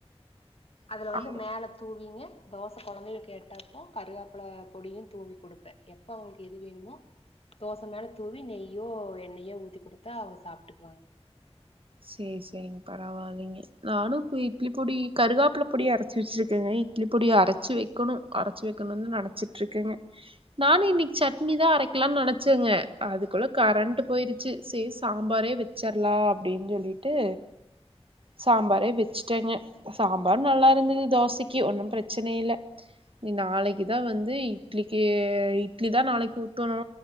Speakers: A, on the left; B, on the right.
A: அதுல
B: நீங்க
A: வந்து மேல தூவிங்க தோச கொழந்தைகள் கேட்டப்போ கருகப்பில பொடியு தூவி குடுப்பே எப்ப அவுங்களுக்கு எது வேணுமோ தோச மேல தூவி நெய்யோ எண்ணெயோ ஊத்தி குடுத்தா அவுங்க சாப்டுக்குவாங்க
B: சேரி சேரிங் பரவால்ல நானு இட்லி பொடி கருகப்பில பொடிய அரச்சு வச்சிருக்கேங்க இட்லி பொடிய அரச்சு வெக்கணு அரச்சு வெக்கணுனு நெனச்சிட்டு இருக்கேங்க நானு இன்னிக்கி சட்னிதா அரைக்கலானு நெனைச்சேங்க அதுக்குள்ள கரண்ட்டு போயிருச்சு செரி சாம்பாரே வச் ச்சர்லா அப்டின் சொல்லிட்டு சாம்பாரே வச்சுட்டேங்க சாம்பார் நல்லா இருந்தது தோசைக்கு ஒண்ணும் பிரச்சன இல்ல இனி நாளைக்கு தா வந்து இட்லிக்கு இட்லி தா நாளைக்கு ஊத்தணு